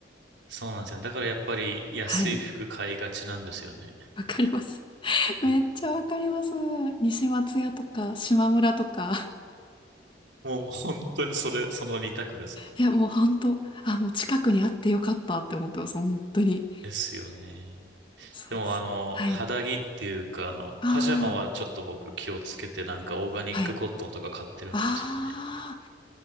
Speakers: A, on the right (about 85°); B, on the left (about 25°).
A: そうなんですよね。だからやっぱり安い服買いがちなんですよね。
B: はい。わかります。<laughs> めっちゃわかります。
A: うん
B: 西松屋とか、島村とか。
A: もう本当にそれ、その二択です。
B: いや、もう本当、あ、もう近くにあってよかったって思ってます。本当に。
A: ですよね。
B: そうです。
A: でもあの、
B: はい。
A: 肌着っていうか、あの、
B: ああ、
A: パジャマはちょっと僕気をつけて、なんかオーガニックコットンとか買ってるんですよね。
B: はい。ああ、